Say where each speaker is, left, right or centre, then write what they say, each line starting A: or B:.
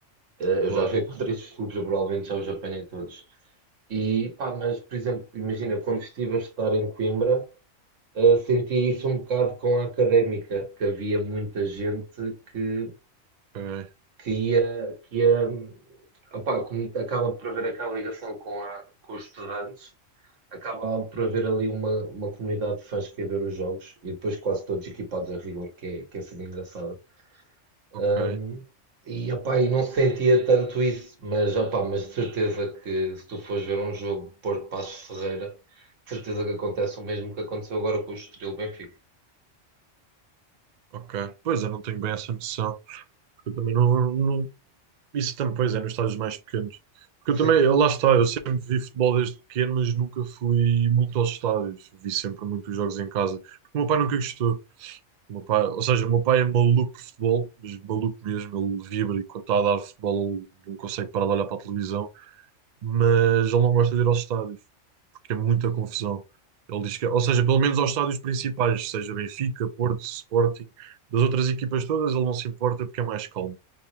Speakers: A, on the right; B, on the right.
A: eh,
B: claro.
A: eu já joguei contra estes clubes, eu provavelmente já os apanhei todos. E pá, mas por exemplo, imagina, quando estive a estudar em Coimbra, Uh, senti isso um bocado com a académica, que havia muita gente que,
B: Ok,
A: que ia, que ia, opá, como acaba por haver aquela ligação com, a, com os estudantes, acaba por haver ali uma, uma comunidade de fãs que ia ver os jogos e depois quase todos equipados a rigor, que é, que é sendo engraçada.
B: ok,
A: Um, e, opá, e não sentia tanto isso, mas, opá, mas de certeza que se tu fores ver um jogo Porto Paços de Ferreira, de certeza que acontece o mesmo que aconteceu agora com o Estoril Benfica.
B: ok. Pois eu não tenho bem essa noção, porque eu também não, não, Isso também, pois é, nos estádios mais pequenos. Porque
A: Sim.
B: eu também, eu- lá está, eu sempre vi futebol desde pequeno, mas nunca fui muito aos estádios. Vi sempre muitos jogos em casa. Porque o meu pai nunca gostou. O meu pai, ou seja, o meu pai é maluco por futebol, mas maluco mesmo, ele vibra e quando está a dar futebol ele não consegue parar de olhar para a televisão, mas ele não gosta de ir aos estádios, porque é muita confusão. Ele diz que, ou seja, pelo menos aos estádios principais, seja Benfica, Porto, Sporting, das outras equipas todas, ele não se importa porque é mais calmo.